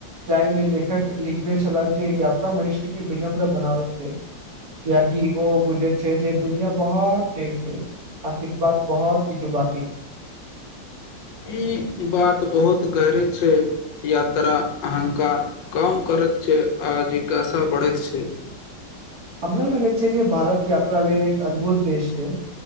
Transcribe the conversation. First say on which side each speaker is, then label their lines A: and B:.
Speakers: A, on the right; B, on the left.
A: जाहिमे लेखक लिखने छले जे यात्रा मनुष्य के विनम्र बनाबैत छै कियकि ओ बुझैत छै जे दुनिया बहुत पैघ छै आ सिखबाक बहुत किछु बाकी छै
B: ई बात बहुत गहरी छै यात्रा अहङकार कम करैत छै आ जिज्ञासा बढ़ैत छै
A: हमरा लगै छै जे भारत यात्रा लेल एक अद्भुत देश छै